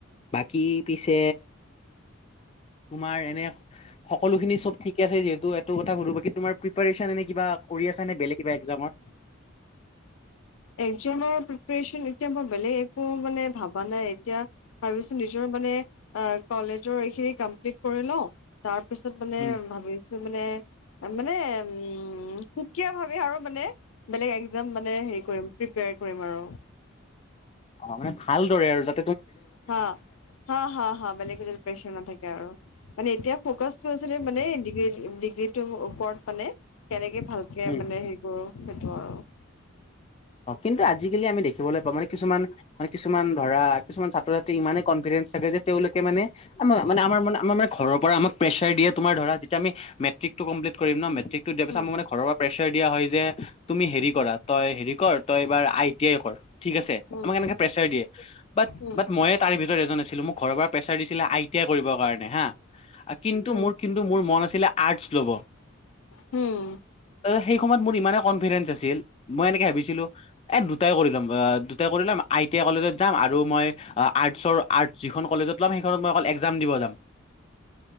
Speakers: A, on the left; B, on the left.
A: বাকী পিছে তোমাৰ এনে সকলোখিনি চব ঠিক আছে যিহেতু এটো কথা সুধো বাকি তোমাৰ প্ৰিপ্যন এনে কিবা কৰি আছে নে বেলেগ কিবা একজামৰ।
B: <inaudible> একজামৰ প্ৰিপচন এতিয়া মই বেলেগ একো মানে ভাবা নাই এতিয়া ভাবিছো নিজৰ <unintelligible> তাৰপিছত মানে
A: উম,
B: ভাবিছো মানে মানে উম সুকীয়া ভাবে আৰু মানে বেলেগ একজাম মানে হেৰি কৰিম কৰিম আৰু।
A: অহ, মানে ভালদৰে আৰু যা
B: হা, হা, হা, হা। বেলেগ দিনা প্ৰেছাৰ নাথাকে আৰু। মানে এতিয়া ফ্ৰকাচটো আছিলে মানে ডিগ্ৰী-ডিগ্ৰীটোৰ ওপৰত মানে, কেনেকে ভালকে
A: উম।
B: মানে হেৰি কৰো সেইটো আৰু।
A: অহ, কিন্তু আজিকালি আমি দেখি দেখিবলৈ পাওঁ মানে কিছুমান, মানে কিছুমান ধৰা, কিছুমান ছাত্ৰ-ছাত্ৰী ইমানে কনফিডেঞ্চ থাকে। যে তেওঁলোকে মানে আমাৰ, মানে আমাৰ মানে, আমাৰ মানে ঘৰৰ পৰা আমাক প্ৰেচাৰ দিয়ে তোমাৰ ধৰা যেতিয়া আমি মেট্ৰিকটো কমপ্লিট কৰিম ন'। মে মেট্ৰিকটো দিয়াৰ পিছাত
B: উম
A: আমাক মানে ঘৰৰ পৰা প্ৰেচাৰ দিয়া হয় যে, তুমি হেৰি কৰা তই হেৰি কৰ তই এইবাৰ আই আই টি আই কৰ ঠিক আছে,
B: উম
A: আমাক
B: উম
A: এনেকে প্ৰেছাৰ দিয়ে বাট,
B: উম
A: বাট মইয়ে তাৰে ভিতৰত এজন আছিলোঁ, মোৰ ঘৰৰ পৰা প্ৰেছাৰ দিছিলে আই টি আই কৰিব কাৰণে হা, কিন্তু
B: উম উম উম
A: মোৰ কিন্তু মোৰ মন আছিলে আৰ্টছ ল'ব।
B: হম।
A: সেই সময়ত মোৰ ইমান কনফিডেঞ্চ আছিল মইে ভাবি এ দুটাই কৰি ল'ম, দুটাই কৰি ল'ম আই টি আই কলেজত যাম আৰু মই আৰ্টচৰ আৰ্ট যিখন কলেজ সেইখনত মই অকল এক্সাম দিব যাম।
B: <inaudible>